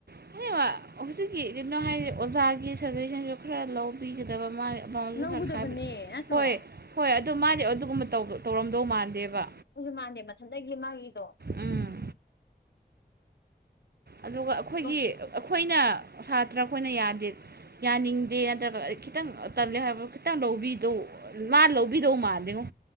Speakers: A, on the right; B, on the left.
A: <unintelligible> ꯍꯧꯖꯤꯛꯀꯤ ꯀꯩꯅꯣ ꯍꯥꯏꯁꯦ ꯑꯣꯖꯥꯒꯤ ꯁꯖꯦꯁꯟꯁꯨ ꯈꯔ ꯂꯧꯕꯤꯒꯗꯕ ꯃꯥꯒꯤ ꯄꯥꯎꯁꯨ
B: ꯂꯧꯒꯗꯕꯅꯦ
A: ꯍꯟꯅ ꯍꯥꯏꯕꯅꯦ
B: ꯅꯠꯇ꯭ꯔꯣ
A: ꯍꯣꯏ ꯍꯣꯏ ꯑꯗꯨ ꯃꯥꯗꯤ ꯑꯗꯨꯒꯨꯝꯕ ꯇꯧꯒ ꯇꯧꯔꯝꯗꯧ ꯃꯥꯟꯗꯦꯕ
B: ꯑꯩꯁꯨ ꯃꯥꯟꯗꯦ ꯃꯊꯟꯗꯩꯒꯤ ꯃꯥꯒꯤꯗꯣ
A: ꯎꯝ ꯑꯗꯨꯒ ꯑꯩꯈꯣꯏꯒꯤ
B: ꯆꯠꯂꯣ
A: ꯑꯩꯈꯣꯏꯅ ꯁꯥꯇ꯭ꯔ ꯑꯩꯈꯣꯏꯅ ꯌꯥꯗꯦ ꯌꯥꯅꯤꯡꯗꯦ ꯅꯗ ꯈꯤꯇꯪ ꯇꯜꯂꯦ ꯍꯥꯏꯕ ꯈꯤꯇꯪ ꯂꯧꯕꯤꯗꯣ ꯃꯥꯟ ꯂꯣꯕꯤꯗꯧ ꯃꯥꯟꯗꯦ ꯉꯣ